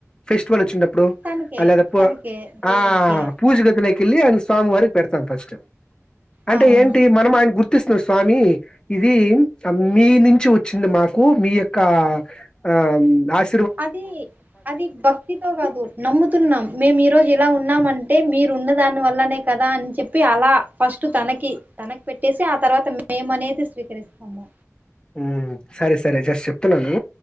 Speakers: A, on the left; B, on the right.
A: ఫెస్టివల్ వచ్చినప్పు అప్పుడు
B: తనకే
A: అలాదప్పు
B: తనకే దేవుడికే
A: ఆ పూజ గదులయితే కిళ్ళలి ఆయన స్వామి వారికి పెడతాం ఫస్ట్ అంటే
B: ఆ, అవును
A: ఏంటి మనం ఆయన గుర్తు ర్ష్ణ స్వామి ఇది మీ నుంచి వచ్చింది మాకు మీ యొక్క ఆ ఆశ
B: అది అది భక్తితో కాదు నమ్ముతున్నాం మేము ఈ రోజు ఇలా ఉన్నా అంటే మీరు ఉన్న దాని వల్లనే కదా అని చెప్పి అలా ఫస్ట్ తనకి తనకి పెట్టేసి ఆ తర్వాత మేము అనేది స్వీకరిస్తాము
A: ఉ సర సరే జస్ట్ చెప్తున్నాను